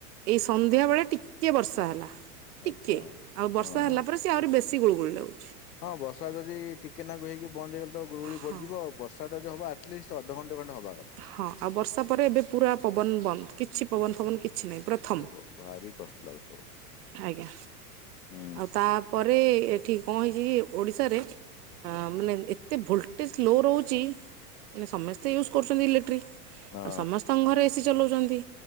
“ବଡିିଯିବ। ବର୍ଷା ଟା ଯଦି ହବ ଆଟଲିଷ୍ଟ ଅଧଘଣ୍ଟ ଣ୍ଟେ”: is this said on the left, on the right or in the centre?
Left